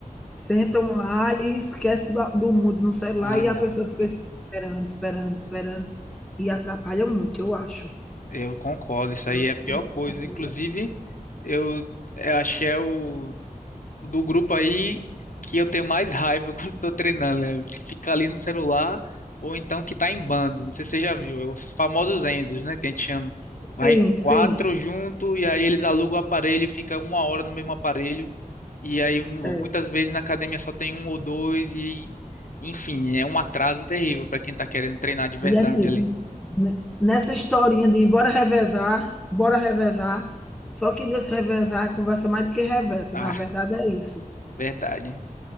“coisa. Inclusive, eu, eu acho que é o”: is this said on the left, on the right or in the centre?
Left